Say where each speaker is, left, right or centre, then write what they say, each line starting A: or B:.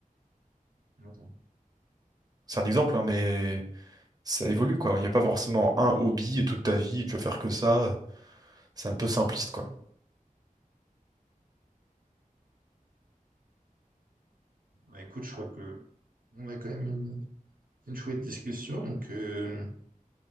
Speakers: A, on the right; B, on the right.
A: D'accord.
B: C'est un exemple, hein, mais ça évolue, quoi. Il n'y a pas forcément un hobby et toute ta vie, tu vas faire que ça. C'est un peu simpliste, quoi.
A: Bah, écoute, je crois que on a quand même une, une chouette discussion, donc, euh,